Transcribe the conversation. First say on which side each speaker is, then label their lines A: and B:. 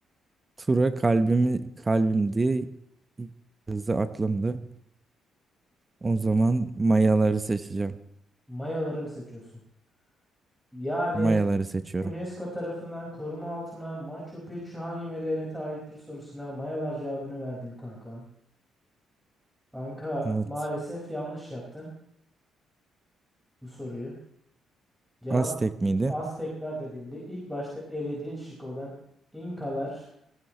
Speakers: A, on the right; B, in the centre.
A: Tura kalbimi kalbimdi. Hızı aklımdı. O zaman mayaları seçeceğim.
B: Mayaları mı seçiyorsun? Yani
A: Mayaları seçiyorum.
B: UNESCO tarafından koruma altına Machu Picchu hangi medeniyete aittir sorusuna Mayalar cevabını verdin kankam. Kanka
A: Evet.
B: maalesef yanlış yaptın bu soruyu. Cevap
A: Aztek miydi?
B: Aztekler dedildi. İlk başta elediğin şık olan İnkalar